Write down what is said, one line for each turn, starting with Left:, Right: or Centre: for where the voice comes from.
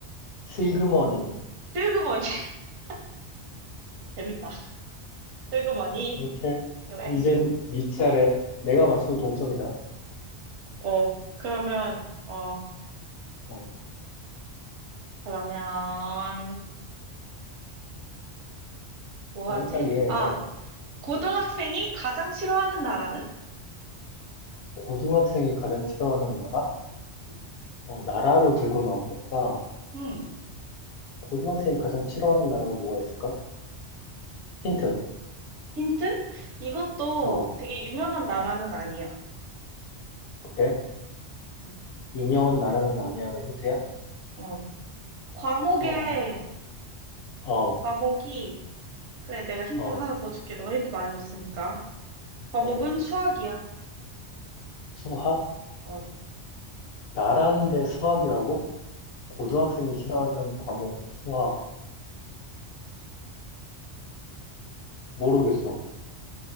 Left: 슬그머니.
Right: 슬그머니. <laughs> 재밌다. 슬그머니.
Left: 오케이.
Right: 그래.
Left: 이젠 네 차례. 내가 맞추면 동점이다.
Right: 어, 그러면, 어,
Left: 어,
Right: 그러면, 뭐
Left: 빨리빨리
Right: 하지?
Left: 해.
Right: 아, 고등학생이 가장 싫어하는 나라는?
Left: 고등학생이 가장 싫어하는 나라?
Right: 음,
Left: 어, 나라로 들고 나오겠다.
Right: 음,
Left: 고등학생이 가장 싫어하는 나라가 뭐가 있을까? 힌트.
Right: 힌트? 이것도
Left: 어,
Right: 되게 유명한 나라는 아니야.
Left: 그래?
Right: 음.
Left: 유명한 나라는 아니야가 힌트야?
Right: 어. 과목에,
Left: 어, 어,
Right: 과목이, 그래, 내가 힌트
Left: 어,
Right: 하나 더 줄게. 너 힌트 많이 줬으니까. 과목은
Left: 그래.
Right: 수학이야.
Left: 수학?
Right: 어.
Left: 나란대 수학이라고? 고등학생이 싫어하는 과목 수학. 모르겠어.